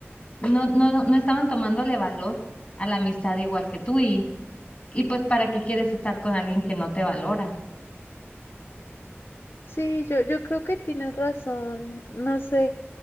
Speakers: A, on the left; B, on the left.
A: no, no, no estaban tomándole valor a la amistad igual que tú y, y pues ¿para qué quieres estar con alguien que no te valora?
B: Sí, yo, yo creo que tienes razón. No sé,